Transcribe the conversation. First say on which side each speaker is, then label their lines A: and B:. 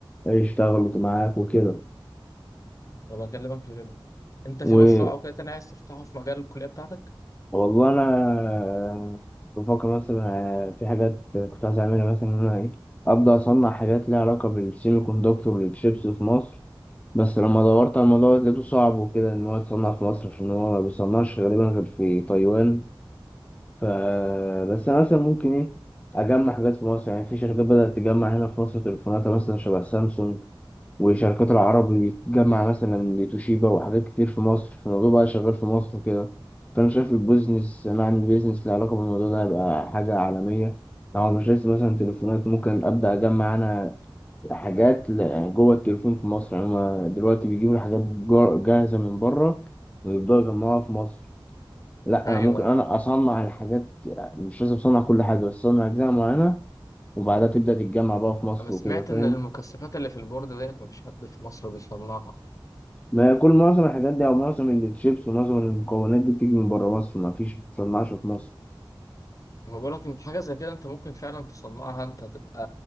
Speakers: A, on the left; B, on the left.
A: يشتغلوا معاك وكده
B: انا بكلمك في فيلم انت
A: و-
B: في مشروع او كده تاني عايز تفتحه في مجال الكلية بتاعتك
A: والله أنا بفكر مثلا آه، في حاجات كنت عايز أعملها مثلا إن أنا إيه أبدأ أصنع حاجات ليها علاقة بالسيمي كوندكتور والتشيبس في مصر بس لما دورت على الموضوع لقيته صعب وكده إن هو يتصنع في مصر عشان هو ما بيصنعش غالبا غير في تايوان ف بس انا مثلا ممكن ايه اجمع حاجات في مصر يعني في شركات بدأت تجمع هنا في مصر تليفوناتها مثلا شبه سامسونج وشركات العرب بتجمع مثلا توشيبا وحاجات كتير في مصر فالموضوع بقى شغال في مصر وكده فانا شايف البيزنس انا اعمل بيزنس له علاقه بالموضوع ده هيبقى حاجه عالميه لو مش لسه مثلا تليفونات ممكن ابدا اجمع انا حاجات ل- يعني جوه التليفون في مصر يعني هما دلوقتي بيجيبوا الحاجات جا- جاهزه من بره ويبداوا يجمعوها في مصر لا
B: ايوه
A: انا ممكن
B: ايوه
A: انا اصنع الحاجات مش لازم اصنع كل حاجه بس اصنع اجزاء معينه وبعدها تبدا تتجمع بقى في مصر
B: انا سمعت
A: وكده فاهم
B: ان المكثفات اللي في البورد ديت مفيش حد في مصر بيصنعها
A: ما هي كل معظم الحاجات دي او معظم الشيبس ومعظم المكونات دي بتيجي من بره مصر ما فيش ما بتصنعش في مصر
B: وما بقولك انت حاجه زي كده انت ممكن فعلا تصنعها انت هتبقى